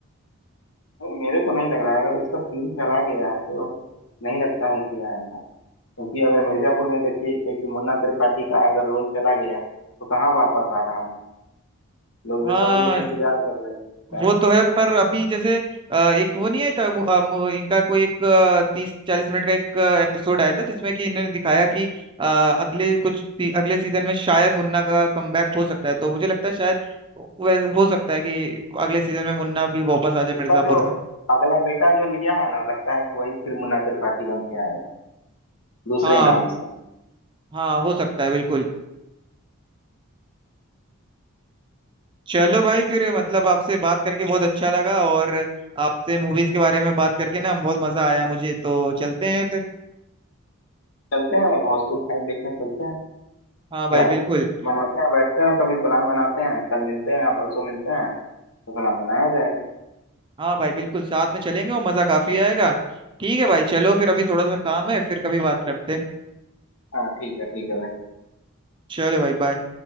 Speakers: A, on the left; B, on the right.
A: नहीं, मेरे को नहीं लग रहा है अगर उसका सीन चला गया है तो नहीं लगता है कि आएगा क्योंकि अगर मिर्जापुर में देखिए कोई कोई मुन्ना त्रिपाठी का अगर रोल चला गया तो कहाँ वापस आ रहा है लोग
B: हाँ
A: बेसब्री से इंतजार कर रहे हैं उसका
B: वो तो है पर अभी जैसे अ, एक वो नहीं आया था मु- अ, मु- इनका कोई एक तीस चालीस मिनट का एक एपिसोड आया था जिसमें कि इन्होंने दिखाया कि अ, अगले कुछ सी- अगले सीजन में शायद मुन्ना का कमबैक हो सकता है तो मुझे लगता है शायद वैसे हो सकता है कि अगले सीजन में मुन्ना भी वापस आ जाए
A: उसका
B: मिर्जापुर
A: जो
B: में
A: अगला बेटा जो लिया है ना लगता है कि वही फिर मुन्ना त्रिपाठी बन के आएगा दूसरे
B: हाँ
A: नाम
B: हो-
A: से
B: हाँ हो सकता है बिल्कुल चलो भाई फिर मतलब आपसे बात करके बहुत अच्छा लगा और आपसे मूवीज के बारे में बात करके ना बहुत मजा आया मुझे तो चलते हैं फिर
A: चलते हैं हाउसफुल फाइव देखने चलते हैं
B: हाँ भाई
A: क्या
B: बिल्कुल
A: बनाते हैं बैठते हैं कभी प्लान बनाते हैं कल मिलते हैं या परसों मिलते हैं तो प्लान बनाया जाएगा
B: हाँ भाई बिल्कुल साथ में चलेंगे और मजा काफी आएगा ठीक है भाई चलो फिर अभी थोड़ा सा काम है फिर कभी बात करते हैं
A: हाँ ठीक है ठीक है भाई
B: चलो भाई बाय